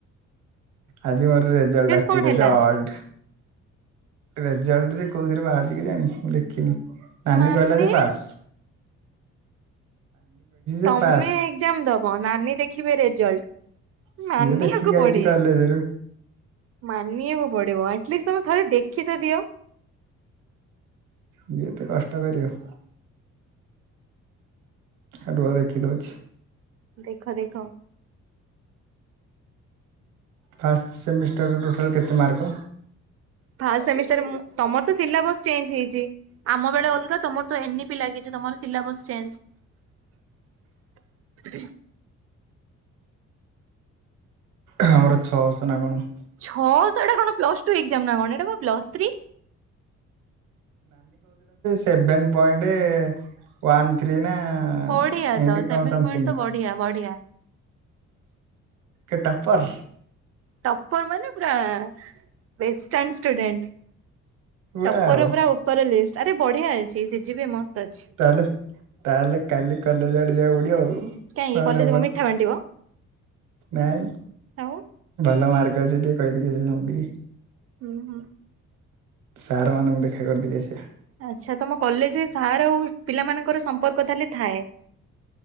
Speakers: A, on the right; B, on the right.
A: ଆଜି ମୋର ରେଜଲ୍ଟ ଆସିଛି
B: କଣ
A: ରେଜଲଟ
B: ହେଲା
A: ରେଜଲ ସେ କୋଉଥିରେ ବାହାର ଯିକେ ଜାଣି ମୁଁ ଦେଖିନି ନାନୀ
B: ମାନେ
A: କହିଲା ଯେ ବାସ୍ ଯେ
B: ତମେ
A: ପାସ୍।
B: ଏକଜାମ ଦବ ନାନୀ ଦେଖିବେ ରେଜଲ୍ଟ
A: ସିଏ
B: ମାନିବାକୁ
A: ଦେଖିକି
B: ପଡେ
A: ଆଇଛି କଲେଜରୁ
B: ମାନିବାକୁ ପଡିବ ଅଟଲିଷ୍ଟ ତମେ ଥରେ ଦେଖି ତ ଦିଅ
A: ଇଏ ତେ କଷ୍ଟ କରିବ ଏ ରୁଆ ଦେଖିଦଉଛି।
B: ଦେଖ ଦେଖ
A: ଫାଷ୍ଟ ସେମିଷ୍ଟରରେ ଟୋଟାଲ କେତେ ମାର୍କ
B: ଫାମିଷ୍ଟ ମୁଁ ତମର ତ ସିଲାବସ ଚେଞ୍ଜ ହେଇଛି ଆମ ବେଳେ ଅଲଗା ତମର ତ ଏନିପି ଲାଗିଛି ତମର ସିଲାବସ୍ ଚେଞ୍ଜ
A: ଆମର ଛଅଶହ ନାଗଣ
B: ଛଅ ସାଢେ କଣ ପ୍ଲସ ତୋ ଏକଜାମା ନା କଣ ଏଟା ପା plus three
A: seven point one three ନା
B: ବଢିଆ
A: ଏମିତି
B: ତ
A: କଣ
B: ସେଭେନ
A: ସମଥିଙ୍ଗ
B: ପଏଣ୍ଟ ତ ବଢିଆ ବଢିଆ
A: ଏ ଟପ ର୍
B: ଟପର ମାନେ ପୁରା best stunt student
A: wow
B: topper ପୁରା ଉପର ଲିଷ୍ଟ ଆରେ ବଢିଆ ଅଛି ସିଜି ବି ମସ୍ତ ଅଛି।
A: ତାହେଲେ ତାହେଲେ କାଲି କଲେଜ ଆଡେ ଯିବାକୁ ପଡିବ ଆଉ
B: କାହିଁକି
A: ହ
B: କଲେଜ
A: ନବନି
B: କଣ ମିଠା ବାଣ୍ଟିବ
A: ନାଇଁ
B: ଆଉ।
A: ଭଲ ମାର୍କ ଛି ଟ କାଇଦି ଯି
B: ହୁଁ ହୁଁ
A: ସାରମାନଙ୍କୁ ଦେଖା କରିଦି ଆସିବା
B: ଆଚ୍ଛା ତମ କଲେଜରେ ସାର୍ ଆଉ ପିଲା ମଙ୍କର ସମ୍ପର୍କ ତାହଲେ ଥାଏ